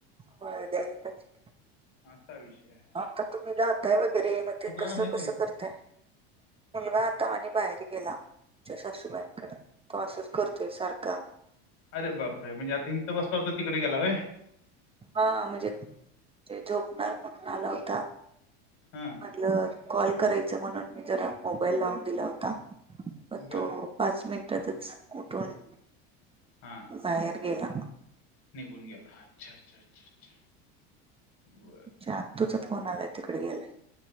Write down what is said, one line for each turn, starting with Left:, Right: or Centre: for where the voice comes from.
Right: होय, द्यायला पाहिजे.
Left: असा विषय ये.
Right: आता तुम्ही जाताय वगैरे म ते कसं
Left: का नाही
Right: कसं
Left: तुमचा
Right: करताय. मुलगा आता आणि बाहेर गेला आमच्या सासूबाईंकड तो अस करतोय सारखा
Left: अरे बापरे म्हणजे आता इथं बसला होता तिकडे गेला काय?
Right: हा म्हणजे ते झोपणार म्हणून आला होता.
Left: हम्म.
Right: म्हटलं कॉल करायच म्हणून मी जरा मोबाईल लावून दिला होता. पण
Left: बरं.
Right: तो पाच मिनटातच उठून.
Left: हा.
Right: बाहेर गेला.
Left: निघून गेला अच्छा अच्छा अच्छ अच्छ बरं.
Right: च्या आत्तुचा फोन आलाय तिकडे गेलाय.